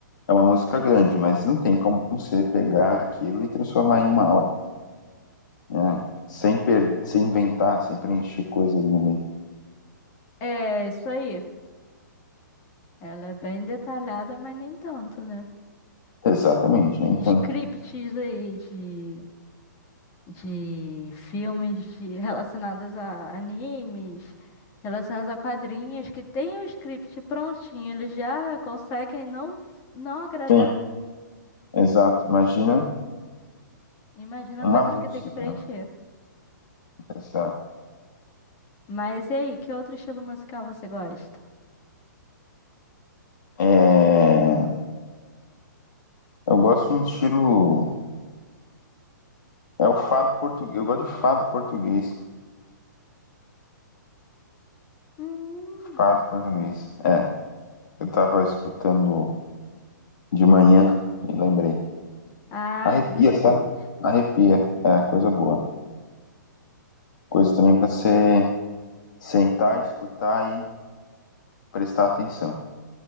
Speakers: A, on the left; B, on the left.
A: É uma música grande, mas não tem como você pegar aquilo e transformar em uma hora, né? Sem, per- sem inventar, sem preencher coisa ali no meio.
B: É, isso aí. Ela é bem detalhada, mas nem tanto, né?
A: Exatamente, nem tanto.
B: Scripts aí de. de filmes de- relacionados a animes, relacionados a quadrinhos, que tem o script prontinho, eles já conseguem não, não agradar.
A: Sim, exato. Imagina
B: Imagina
A: uma
B: coisas
A: música.
B: que tem que preencher.
A: né? Essa...
B: Mas e aí, que outro estilo musical você gosta?
A: É... Eu gosto de um estilo É o fado português. Eu gosto de fado português.
B: Hum.
A: Fado português. É, eu tava escutando de manhã e lembrei.
B: Ah,
A: Arrepia,
B: diferente.
A: sabe? Arrepia. É, coisa boa. Coisa também pra você sentar, escutar e prestar atenção,